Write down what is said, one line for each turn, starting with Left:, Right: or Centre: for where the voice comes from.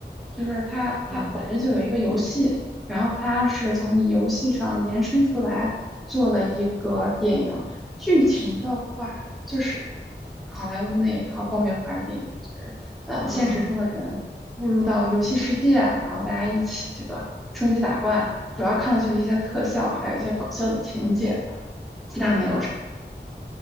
Centre: 就是它它本身就有一个游戏，
Right: 啊、
Centre: 然后它是从游戏上延伸出来做了一个电影。剧情的话，
Right: 是
Centre: 就是好莱坞那一套爆米花电影，就是呃现实中的人误入到游戏世界，
Right: 啊
Centre: 然后大家一起这个升级打怪，主要看的就是一些特效，还有一些搞笑的情节吧，其他没有啥。